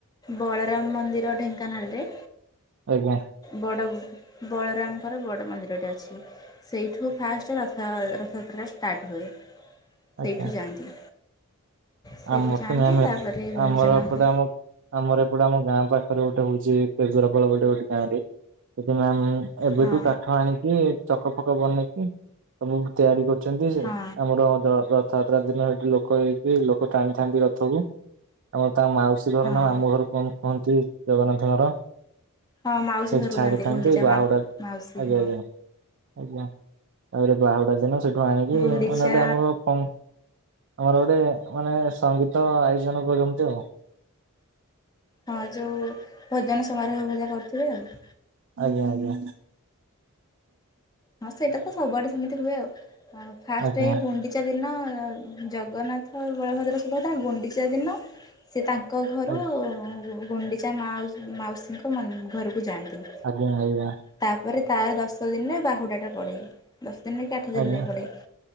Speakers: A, on the left; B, on the right.
A: ମନ୍ଦିର ଢେଙ୍କାନାଳରେ
B: ଆଜ୍ଞା।
A: ବଡ଼ ବଳରାମଙ୍କର ବଡ଼ ମନ୍ଦିରଟେ ଅଛି। ସେଇଠୁ ଫାଷ୍ଟ ରଥ ରଥଯାତ୍ରା ଷ୍ଟାର୍ଟ ହୁଏ
B: ଆଜ୍ଞା।
A: ସେଇଠୁ ଯାଆନ୍ତି। ସେଇଠୁ
B: ଆମର
A: ଯାଆନ୍ତି
B: ତ ଆମର
A: ତାପରେ ଗୁଣ୍ଡିଚା ମାଙ୍କୁ
B: ଏପଟେ ଆମ ଆମର ଏପଟେ ଆମ ଗାଁ ପାଖରେ ଗୋଟେ ହଉଛି କେଜରାପଳ ଗୋଟେ ଗୋଟେ ଗାଁ ରେ ସେଠି ମାମ୍ ଏବେଠୁ
A: ହଁ
B: କାଠ ଆଣିକି ଚକ ଫକ ବନେଇକି ସବୁ ତିଆରି କରୁଛନ୍ତି ସେ
A: ହଁ
B: ଆମର ର ରଥ ରଥଯାତ୍ରା ଦିନ ସେଠି ଲୋକ ହେଇକି ଲୋ କ ଟାଣିଥାନ୍ତି ରଥକୁ ଆମ ତା ମାଉସୀ ଘର
A: ହଁ।
B: ନା ମାମୁଁ ଘରୁ କୁହ ହୁଅନ୍ତି ଜଗନ୍ନାଥଙ୍କର।
A: ହଁ ମାଉସୀ
B: ସେଠି
A: ଘରକୁ
B: ଛାଡିଥାନ୍ତି
A: ଯାଆନ୍ତି ଗୁଣ୍ଡିଚା
B: ବାହୁଡା
A: ମା ମାଉସୀ
B: ଆଜ୍ଞା
A: ହଁ
B: ଆଜ୍ଞା। ଆଜ୍ଞା ତାପରେ ବାହୁଡା ଦିନ ସେଠୁ ଆଣିକି
A: ଗୁଣ୍ଡିଚା
B: ଅ ଗଟେ ଆମର ଫ ଆମର ଗୋଟେ ମାନେ ସଙ୍ଗୀତ ଆୟୋଜନ କରନ୍ତି ଆଉ।
A: ହଁ ଯୋଉ ଭୋଜନ ସମାରୋହ ଭଳିଆ କରୁଥିବେ ଆଉ।
B: ଆଜ୍ଞା ଆଜ୍ଞା।
A: ହଁ ସେଇଟା ତ ସବୁଆଡେ ସେମିତି ହୁଏ ଆଉ ଫାଷ୍ଟ
B: ଆଜ୍ଞା
A: ଏଇ ଗୁଣ୍ଡି ଚା ଦିନ ଜଗନ୍ନାଥ ଆଉ ବଳଭଦ୍ର ସୁଭଦ୍ରା ଗୁଣ୍ଡିଚା ଦିନ ସେ ତାଙ୍କ ଘରୁ
B: ଆଜ୍ଞା।
A: ଗୁଣ୍ଡିଚା ମାଉ ମାଉସୀଙ୍କ ମ ଘରକୁ ଯାଆନ୍ତି।
B: ଆଜ୍ଞା ଆଜ୍ଞା।
A: ତାପରେ ତାର ଦଶ ଦିନରେ ବାହୁଡ଼ାଟା ପଡେ ଦଶ ଦିନରେ କି ଆଠ ଦିନରେ
B: ଆଜ୍ଞା
A: ପଡ଼େ।